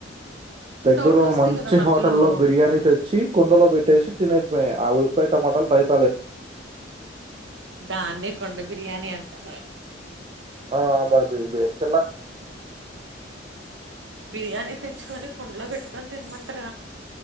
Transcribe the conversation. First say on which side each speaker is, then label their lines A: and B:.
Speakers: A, on the right; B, on the right.
A: దగ్గరలోని
B: డౌట్లు వస్తాయి
A: మంచి
B: కదా మధ్యలో
A: హోటల్లో బిర్యానీ తెచ్చి కుండలో పెట్టేసి తినేకిపొయా ఆలు పెయట మాట రై <unintelligible>
B: దాన్ని కొండ బిర్యాని అంటార
A: ఆ మరి మీరు చెయ్యిర్రి
B: బిర్యానీ తెచ్చుకొని కుండలో పెట్టుకొని తన్మంటార